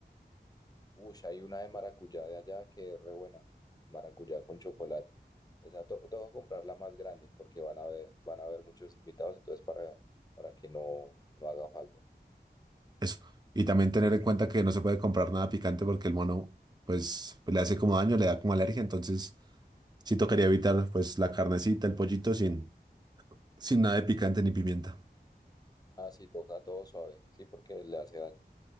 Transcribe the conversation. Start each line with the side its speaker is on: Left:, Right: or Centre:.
Left: Uy, hay una de maracuyá de allá que es re buena. Maracuyá con chocolate. Esa to tengo que comprar la más grande porque van a ver, van a haber muchos invitados, entonces para, para que no, no haga falta.
Right: Eso. Y también tener en cuenta que no se puede comprar nada picante porque el mono, pues, le hace como daño, le da como alergia. Entonces, sí tocaría evitar, pues, la carnecita, el pollito sin, sin nada de picante ni pimienta.
Left: Ah, sí, toca todo suave, sí, porque le hace daño.